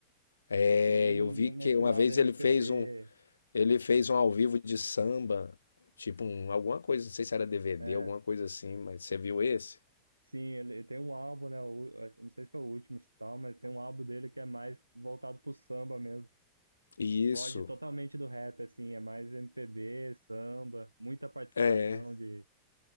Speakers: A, on the left; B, on the right.
A: É,
B: Tá bem
A: eu vi
B: n- nesse
A: que uma
B: lado
A: vez
B: MPB.
A: ele fez um, ele fez um ao vivo de samba, tipo um, alguma coisa, não sei se era DVD,
B: É,
A: alguma coisa assim, mas você viu esse?
B: sim, ele tem um álbum, né? o- é, eu não sei se foi o último e tal, mas tem um álbum dele que é mais voltado pro samba mesmo.
A: E
B: Foge
A: isso,
B: totalmente do rap, assim, é mais MPB, samba, muita participação
A: é,
B: de,